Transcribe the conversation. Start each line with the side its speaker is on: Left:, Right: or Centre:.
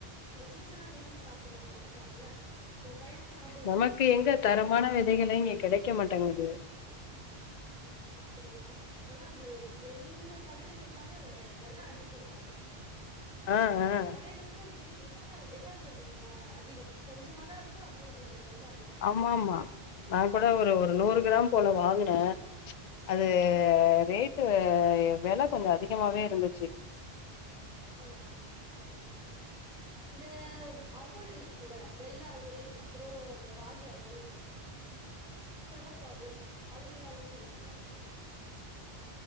Centre: இந்த சிப்ஸெல்லா விரும்பி சாப்புட்றவங்க இருக்காங்கள்ல ஓ பையன்லா சாப்
Left: நமக்கு எங்க தரமான வெதைகளை இங்க கெடைக்க மாட்டேங்கிது
Centre: அப்பிடியா ஆனா அது எந்த கடையில கேட்டாலு வெல அதிகம் தா அது
Left: அ அ
Centre: கடைல கூட விக்குது ஆனா வெல கொஞ்சொ ஜா அதிகொ கொஞ்சம தா இருக்கு அதுவே இது ரொம்ப அதி
Left: ஆமா ஆமா நா கொட ஒரு ஒரு
Centre: ஆமா
Left: நூறு கிராம் போல வாங்குனே அது
Centre: ம் ம்
Left: ரேட்டு வெலக் கொஞ்சொ அதிகமாவே இருந்துச்சு
Centre: ஆமா ஆமா அப்டிங்க இந்த அவுள் இருக்குல்ல வெள்ள அவுள் அப்புறொ இந்த ராகி அவுள் செவப் அவுள் அவுள்ல்லா ஊட்டுவிங்ளா கொழந்தக்கி